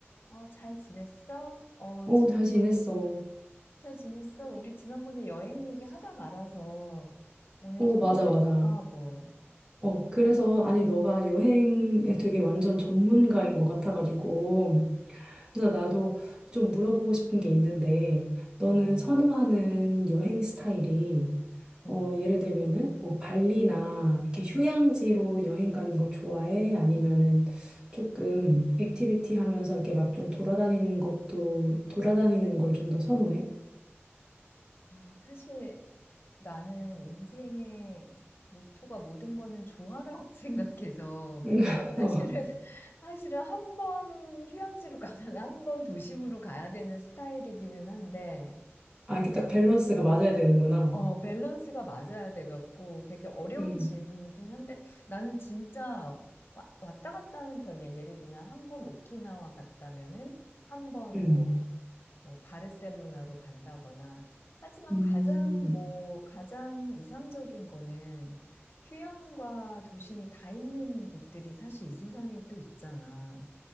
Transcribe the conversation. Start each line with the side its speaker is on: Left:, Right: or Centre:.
Left: 어, 잘 지냈어? 어,
Right: 어,
Left: 지난번에
Right: 잘 지냈어.
Left: 우리,
Right: 어,
Left: 잘 지냈어? 우리 지난번에 여행 얘기 하다 말아서 오늘 좀
Right: 맞아,
Left: 더 해볼까
Right: 맞아.
Left: 하고,
Right: 어, 그래서, 아니, 너가 여행에 되게 완전 전문가인 것 같아가지고, 그래서 나도 좀 물어보고 싶은 게 있는데, 너는
Left: 어,
Right: 선호하는 여행 스타일이,
Left: 음.
Right: 어, 예를 들면은, 뭐, 발리나, 이렇게 휴양지로 여행 가는 걸 좋아해? 아니면은, 조금, 액티비티 하면서 이렇게 막 좀 돌아다니는 것도, 돌아다니는 걸 좀 더 선호해?
Left: 아, 사실 나는 인생의 모토가 모든 거는 좋아라고 <laughs> 생각해서
Right: <laughs>
Left: 사실은,
Right: 어.
Left: 사실은 한 번 휴양지로 가면 한 번 도심으로 가야 되는 스타일이기는 한데,
Right: 아, 이게 딱
Left: 아,
Right: 밸런스가 맞아야 되는구나.
Left: 어, 밸런스가 맞아야 돼갖고 되게 어려운
Right: 음,
Left: 질문이긴 한데 나는 진짜 와, 왔다 갔다 하는 편이야. 예를 들면 한 번 오키나와 갔다면은 한 번
Right: 음.
Left: 뭐, 뭐 바르셀로나로 간다거나 하지만
Right: 음,
Left: 가장 뭐 가장 이상적인 거는 휴양과 도심이 다 있는 곳들이 사실 이 세상에 또 있잖아.